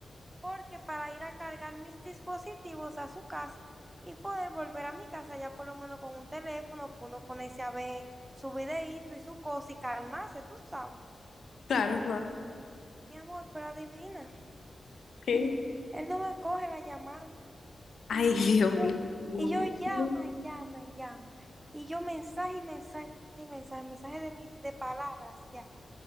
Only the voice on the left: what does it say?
claro, claro.
¿Qué?
Ay, Dios
mío, Dios
mío.